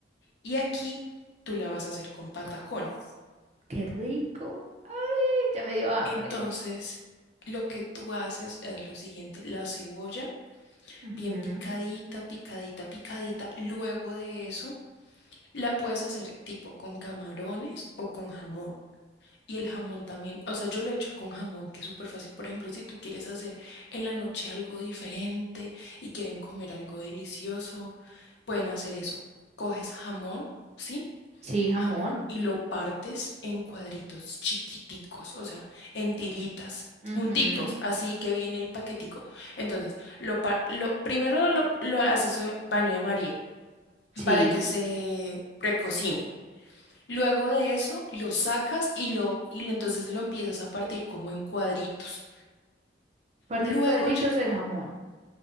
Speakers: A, on the left; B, on the right.
A: Y aquí tú la vas a hacer con patacones.
B: Qué rico. Ay, ya me dio hambre.
A: Entonces, lo que tú haces es lo siguiente, la cebolla
B: Ujú.
A: bien picadita, picadita, picadita. Luego de eso La puedes hacer tipo con camarones o con jamón. Y el jamón también, o sea, yo lo he hecho con jamón, que es súper fácil. Por ejemplo, si tú quieres hacer en la noche algo diferente y quieren comer algo delicioso, pueden hacer eso. Coges jamón, ¿sí?
B: Sí, jamón.
A: Jamón y lo partes en cuadritos chiquiticos, o sea, en tiritas,
B: Ujú.
A: junticos, así que viene el paquetico. Entonces, lo, pa- lo primero lo, lo haces en el baño de María
B: Sí.
A: para que se precocine. Luego de eso lo sacas y lo y lo- entonces lo empiezas a partir como en cuadritos.
B: Parto
A: Luego
B: en cuadritos
A: ya,
B: el jamón.